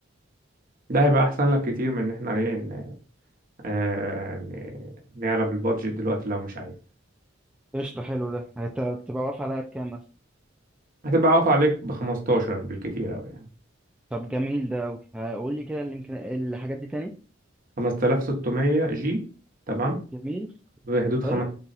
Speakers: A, on the right; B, in the centre.
A: ده هيبقى احسن لك كتير من ان احنا ايه ن- آه، ن- نعلى بالبادجت دلوقتي لو مش عايز
B: قشطة حلو ده هت- هتبقى واقفة عليها بكام مثلا
A: هتبقى واقف عليك ب 15 بالكتير قوي يعني
B: طب جميل ده أوي قول لي كده الإمكان... الحاجات دي تاني
A: 5600 جي تمام
B: جميل
A: في حدود
B: حلو
A: خمس